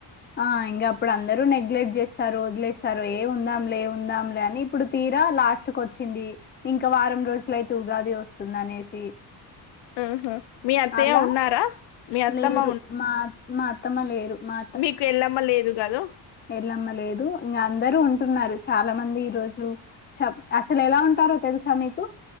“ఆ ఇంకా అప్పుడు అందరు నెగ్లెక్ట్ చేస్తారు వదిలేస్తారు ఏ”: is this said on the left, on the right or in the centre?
Left